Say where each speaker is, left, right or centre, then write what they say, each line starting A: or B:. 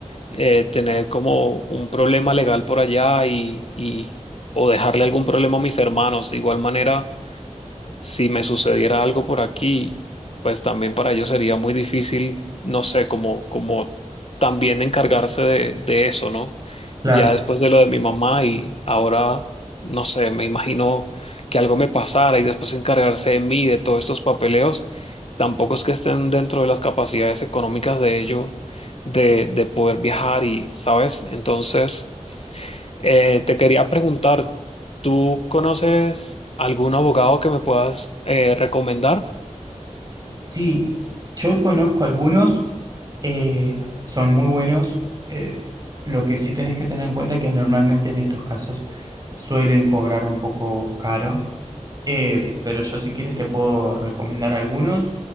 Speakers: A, on the left; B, on the right.
A: eh, tener como un problema legal por allá y, y o dejarle algún problema a mis hermanos. De igual manera si me sucediera algo por aquí, pues también para ellos sería muy difícil, no sé, como, como también encargarse de, de eso, ¿no?
B: claro.
A: Ya después de lo de mi mamá y ahora, no sé, me imagino que algo me pasara y después encargarse de mí, de todos estos papeleos, tampoco es que estén dentro de las capacidades económicas de ellos de, de poder viajar y, ¿sabes? Entonces... Eh, te quería preguntar, ¿tú conoces algún abogado que me puedas eh, recomendar?
B: Sí, yo conozco algunos, eh, son muy buenos. eh, lo que sí tenés que tener en cuenta es que normalmente en estos casos suelen cobrar un poco caro. eh, pero yo si quieres te puedo recomendar algunos,